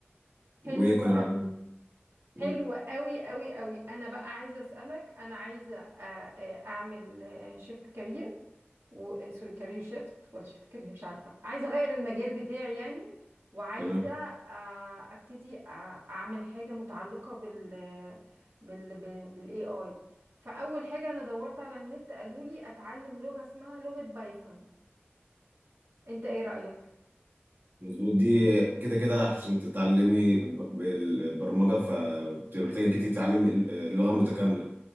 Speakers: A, on the right; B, on the right.
A: وكنا
B: حلوه
A: بنعلم
B: قوي
A: مم،
B: حلوه قوي قوي قوي انا بقى عايزه اسالك انا عايزه آه، آه، اعمل شيفت كارير و سوري كارير شيفت ولا شيفت كارير مش عارفه عايزه اغير المجال بتاعي يعني وعايزه
A: تمام
B: آه، ابتدي آه، اعمل حاجه متعلقه بال بال بالاي اي فاول حاجه انا دورت على النت قالوا لي اتعلم لغه اسمها لغه بايثون انت ايه رايك
A: مظبوط دي كده كده عشان تتعلمي ب- بالبرمجة فبتبقى محتاجة إنك أنت تتعلمي ال- آه، لغة متكاملة